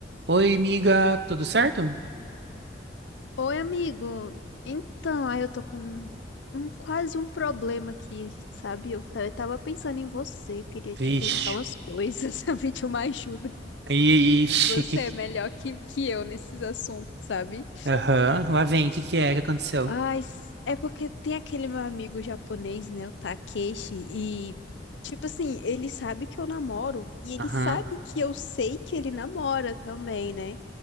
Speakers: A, on the right (about 65°); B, on the left (about 80°).
A: Oi, amiga, tudo certo?
B: Oi, amigo. Então, aí eu tô com um, um- quase um problema aqui, sabe? Eu, ta- eu tava pensando em você, queria
A: Vixe,
B: te perguntar umas coisas, <laughs> sabe? De uma ajuda.
A: ixi,
B: Você
A: que...
B: é melhor que, que eu nesses assuntos, sabe?
A: Aham, Lá vem, o que que é que aconteceu?
B: Ai, s- é porque tem aquele meu amigo japonês, né? O Takeshi, e, tipo assim, ele sabe que eu namoro e ele
A: Aham,
B: sabe que eu sei que ele namora também, né?